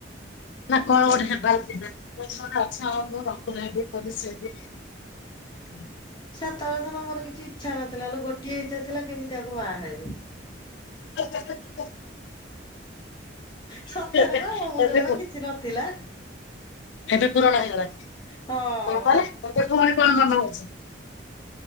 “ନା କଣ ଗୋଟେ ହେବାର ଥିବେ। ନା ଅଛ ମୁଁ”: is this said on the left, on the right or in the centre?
Left